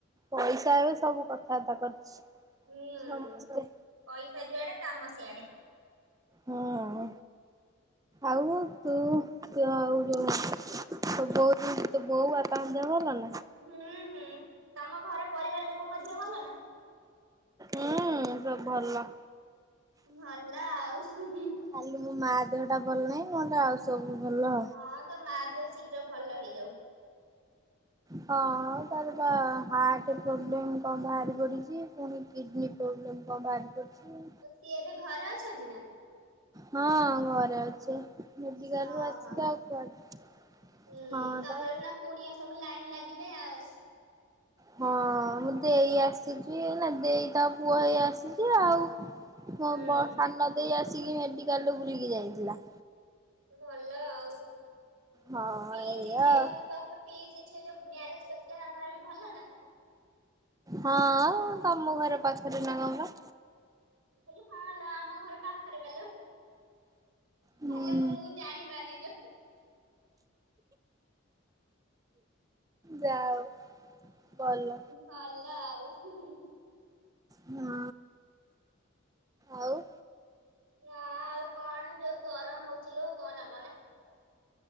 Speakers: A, on the right; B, on the right.
A: ପଇସା ଏବେ ସବୁ କଥାବାର୍ତ୍ତା କରଚି।
B: ହୁଁ।
A: ସମସ୍ତେ
B: ପଇସା ଯୁଆଡ଼େ କାମ ସିିଆଡେ।
A: ହୁଁ ଆଉ ତୁ ତୁ ଆଉ ଯୋଉ ତୋ ବୋଉ ଦେହ ତୋ ବୋଉ ବାପାଙ୍କ ଦେହ ଭଲ ନା?
B: ହୁଁ ହୁଁ। ତମ ଘର ପରିବାର ଲୋକଙ୍କ ଦେହ ଭଲ ନା?
A: ହୁଁ ସବୁ ଭଲ।
B: ଭଲ ଆଉ। ଉଁ ହୁଁ।
A: ଖାଲି ମୋ ମା ଦେହ ଟା ଭଲ ନାହିଁ। ନହଲେ ଆଉ ସବୁ ଭଲ।
B: ହଁ ତୋ ମା ଦେହ ଶୀଘ୍ର ଭଲ ହେଇଯାଉ।
A: ହଁ ତାର ବା ହାର୍ଟ ପ୍ରୋବ୍ଲେମ୍ କଣ ବାହାରି ପଡିଛି। ପୁଣି କିଡ୍ନୀ ପ୍ରୋବ୍ଲେମ୍ କଣ ବାହାରି ପଡିଛି।
B: ଓ ସିଏ ଏବେ ଘରେ ଅଛନ୍ତି ନା?
A: ହଁ ଘରେ ଅଛି। ମେଡିକାଲରୁ
B: ଓହୋ
A: ଆସିକି ଆଉ କୁଆଡେ-ହଁ
B: ହୁଁ ତମର
A: ବା
B: ସିନା କୁଣିଆ ସବୁ ଲାଇନ୍ ଲାଗିବେ ଆଉ।
A: ହଁ
B: ହୁଁ
A: ମୋ ଦେଇ ଆସିଛି, ନା ଦେଇ ତା ପୁଅ ଏଇ ଆସିଛି ଆଉ ମୋ
B: ହୁଁ
A: ବ ସାନ ଦେଇ ଆସିକି ମେଡିକାଲରୁ ବୁଲିକି ଯାଇଥିଲା।
B: ଭଲ ଆଉ।
A: ହଁ
B: ତୋ ପିଇସି
A: ଏଇଆ
B: ଝିଅ
A: ଆଉ।
B: ଙ୍କ, ପିଇସି ଝିଅ ଯୋଉ ମ୍ୟାରେଜ୍ କରିଥିଲା ତାଙ୍କର ଏବେ ଭଲ ନା ସବୁ?
A: ହଁ ତମ ଘରେ ପାଖରେ ନା କଣ ପା?
B: ଆଲୋ ହଁ ଲୋ ଆମ ଘର ପାଖରେ ପାଲୋ।
A: ହୁଁ
B: ଆଲୋ ମୁଁ ଜାଣି ପାରିନିଲୋ।
A: ଯା ହୋଉ ଭଲ।
B: ଭଲା ଆଉ। ହୁଁ ହୁଁ।
A: ହଁ ଆଉ
B: ନା ଆଉ କଣ, ଯୋଉ ଗରମ ହୋଉଚି ଲୋ କହନା କହନା।